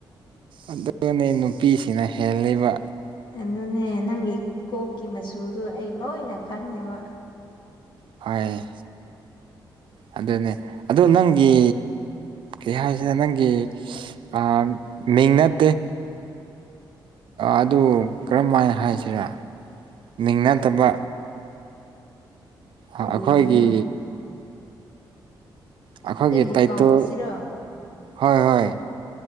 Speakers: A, on the right; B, on the left.
A: ꯑꯗꯨꯅꯤ ꯅꯨꯄꯤꯁꯤꯅ ꯍꯦꯜꯂꯤꯕ
B: ꯑꯗꯨꯅꯦ ꯅꯪꯒꯤ ꯀꯣꯛꯀꯤ ꯃꯆꯨꯗꯣ ꯑꯩ ꯂꯣꯏꯅ ꯈꯪꯉꯦꯕ
A: ꯍꯣꯏ ꯑꯗꯨꯅꯦ ꯑꯗꯣ ꯅꯪꯒꯤ ꯀꯩ ꯍꯥꯏꯁꯤꯔ ꯅꯪꯒꯤ ꯑ ꯃꯤꯡ ꯅꯠꯇꯦ ꯑꯗꯨ ꯀꯔꯝꯍꯥꯏꯅ ꯍꯥꯏꯁꯤꯔꯥ ꯃꯤꯡꯅꯠꯇꯕ
B: ꯀꯔꯤꯕꯨꯅꯣ
A: ꯑꯩꯈꯣꯏꯒꯤ ꯑꯩꯈꯣꯏꯒꯤ
B: ꯑꯩꯕꯨ
A: ꯇꯥꯏꯇꯜ
B: ꯀꯧꯕꯁꯤꯔꯣ
A: ꯍꯣꯏ ꯍꯣꯏ